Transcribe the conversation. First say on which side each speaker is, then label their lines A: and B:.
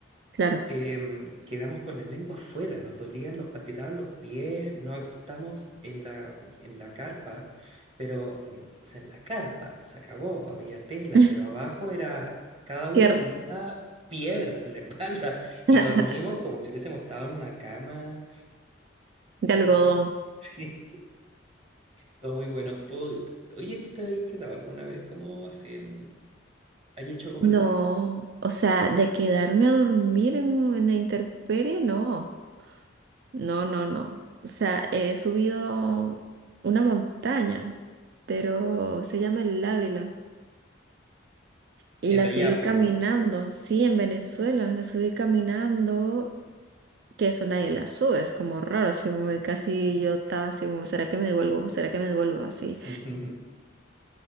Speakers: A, on the right; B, on the right.
A: claro.
B: em, quedamos con las lenguas fuera, nos dolían, nos palpitaban los pies, nos acostamos en la, en la carpa, pero, en- o sea, en la carpa se acabó, había tela,
A: <laughs>
B: pero abajo era, cada uno
A: Tierra.
B: tenía piedras en la <laughs> espalda y
A: <laughs>
B: dormimos como si hubiésemos estado en una cama
A: De
B: de
A: algodón.
B: nubes. <laughs> Sí, todo muy bueno. Tú- oye, ¿tú te habéis quedado alguna vez como así en... ¿Hay hecho algo
A: No,
B: parecido?
A: o sea, de quedarme a dormir en, en la intemperie, no. No, no, no. O sea, he subido una montaña, pero se llama el Ávila. Y
B: Es
A: la
B: de
A: subí
B: allá, po,
A: caminando,
B: ¿no?
A: sí, en Venezuela, la subí caminando, que eso nadie la sube, es como raro, así como que casi yo estaba así como, ¿será que me devuelvo? ¿Será que me devuelvo? Así.
B: <laughs>